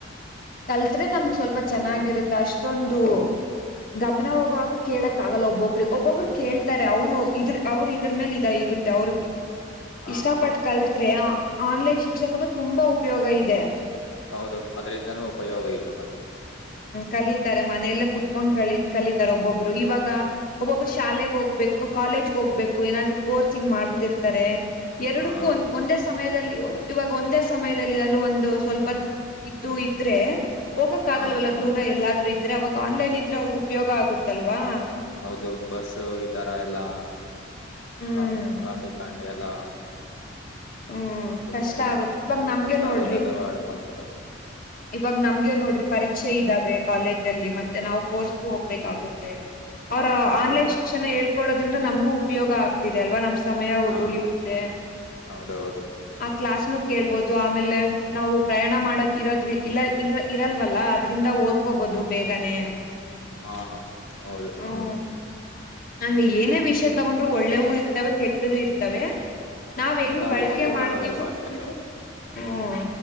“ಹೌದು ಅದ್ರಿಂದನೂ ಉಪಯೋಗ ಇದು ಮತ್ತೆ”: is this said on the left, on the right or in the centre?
Left